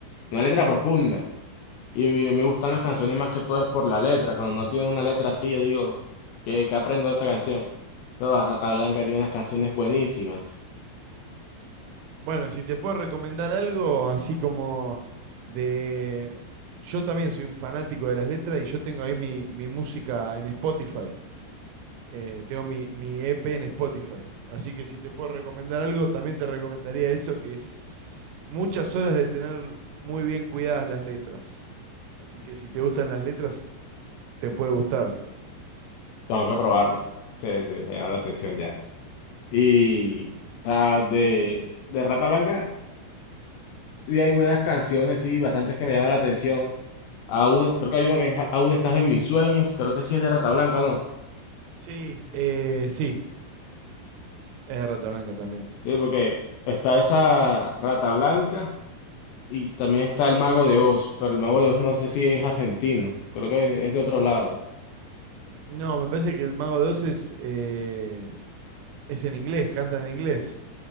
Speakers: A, on the left; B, on the right.
A: una letra profunda. Y me, me gustan las canciones más que todo es por la letra. Cuando no tienen una letra así, yo digo, ¿qué, qué aprendo de esta canción? Pero la Rata Blanca tiene unas canciones buenísimas.
B: Bueno, si te puedo recomendar algo, así como de... Yo también soy un fanático de las letras y yo tengo ahí mi, mi música en Spotify. Eh, tengo mi, mi EP en Spotify. Así que si te puedo recomendar algo, también te recomendaría eso, que es muchas horas de tener muy bien cuidadas las letras. Así que si te gustan las letras, te puede gustar.
A: Tengo que probarlas. Se, se me da la atención ya. Y o sea, de, de Rata Blanca sí hay buenas canciones, sí, bastantes que me llaman la atención. Aún, e, creo que hay una que es Aún estás en mis sueños, creo que sí es de Rata Blanca, ¿no?
B: Sí, eh, sí, es de Rata Blanca también.
A: Sí, porque está esa Rata Blanca y también está el Mago de Oz, pero el Mago de Oz no sé si es argentino, creo que es de otro lado.
B: No, me parece que el Mago de Oz es, eh, es en inglés, cantan en inglés.